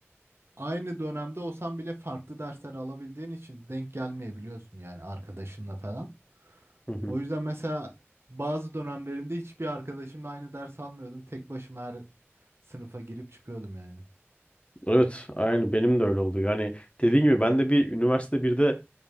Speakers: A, on the right (about 60°); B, on the left (about 25°).
A: aynı dönemde olsan bile farklı dersler alabildiğin için denk gelmeyebiliyorsun yani arkadaşınla falan.
B: Hı hı.
A: O yüzden mesela bazı dönemlerimde hiçbir arkadaşımla aynı ders almıyordum. Tek başıma her sınıfa girip çıkıyordum yani.
B: Evet, aynı benim de öyle oldu. Yani dediğim gibi ben de bir üniversite birde